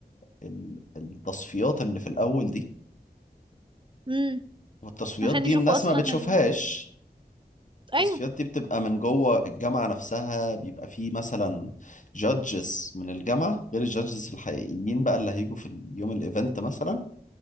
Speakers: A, on the left; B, on the right.
A: ال- التصفيات اللي في الأول دي
B: امم
A: والتصفيات
B: عشان
A: دي
B: يشوفوا
A: الناس
B: اصلا
A: ما بتشوفهاش
B: ال...
A: التصفيات
B: ايوه
A: دي بتبقى من جوه الجامعة نفسها بيبقى فيه مثلا جادجز من الجامعة غير الجادجز الحقيقيين بقى اللي هيجوا في يوم الايفنت مثلا